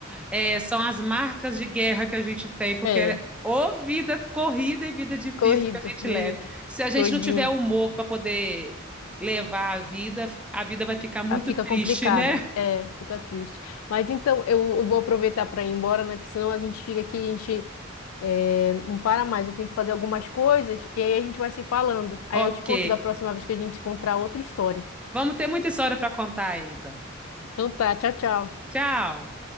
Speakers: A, in the centre; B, on the left.
A: é, são as marcas de guerra que a gente tem, porque
B: É,
A: é ou vida corrida e vida difícil
B: corrido,
A: que a gente
B: vivido,
A: leva. Se a gente
B: doidinha.
A: não tiver humor para poder levar a vida, a vida vai ficar muito
B: Ah, fica
A: triste,
B: complicada,
A: né?
B: é, fica triste. Mas então, eu, eu vou aproveitar para ir embora, né? Que senão a gente fica aqui, a gente é, não para mais. Eu tenho que fazer algumas coisas e aí a gente vai se falando. Aí
A: Ok.
B: eu te conto da próxima vez que a gente encontrar outra história.
A: Vamos ter muita história para contar ainda.
B: Então tá, tchau, tchau.
A: Tchau.